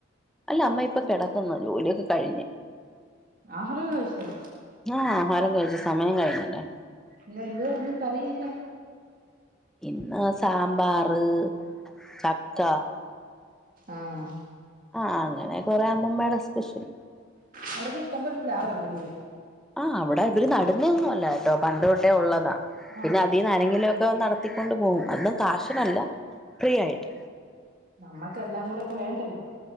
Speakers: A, in the centre; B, on the right.
A: അല്ല അമ്മ ഇപ്പൊ കിട <unintelligible> ജോലിയൊക്കെ കഴിഞ്ഞ്
B: ആഹാരൊക്കെ കഴിച്ചോ
A: ആഹ <unintelligible> സമയം കഴിഞ്ഞല്ലേ
B: ഇന്നെന്തുവായിരുന്നു കറിയൊക്കെ
A: ഇന്ന് സാമ്പാർ. <inaudible> ചക്ക
B: ആഹ
A: ആ അങ്ങനെ കൊറ മമ്മേയുടെ സ്പെഷ്യൽ
B: അവടൊക്കെ ഇഷ്ടംപോലെ പ്ലാവുണ്ടല്ലേ
A: ആ അവിടെ ഇവര് നടുന്ന ഒന്നും അല്ല ഏട്ടോ പണ്ട് തൊട്ടേ ഉള്ളതാ പിന്നെ
B: ആഹ്
A: അതീന്ന് ആരെങ്കിലും തോം നടത്തിക്കൊണ്ട് പോകും അന്നും കാശിനല്ല ഫ്രീയായിട്ട്
B: നമ്മക്കെല്ലാം കൂടെ വേണ്ടല്ലോ